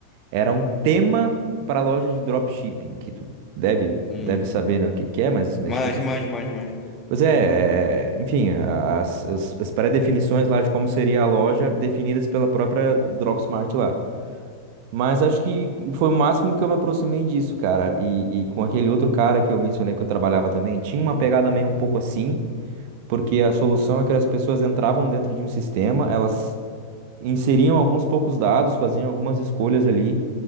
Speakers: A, on the right; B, on the left.
A: era um tema para a loja de dropshipping, que tu deve,
B: Uhum.
A: deve saber, né, o que que é, mas, mas
B: Manjo,
A: tipo assim.
B: manjo, manjo, manjo.
A: Pois é, é, é, enfim, a- as, as pré-definições lá de como seria a loja definidas pela própria Dropsmart lá. Mas acho que foi o máximo que eu me aproximei disso, cara. E, e com aquele outro cara que eu mencionei que eu trabalhava também, tinha uma pegada meio um pouco assim, porque a solução é que as pessoas entravam dentro de um sistema, elas inseriam alguns poucos dados, faziam algumas escolhas ali.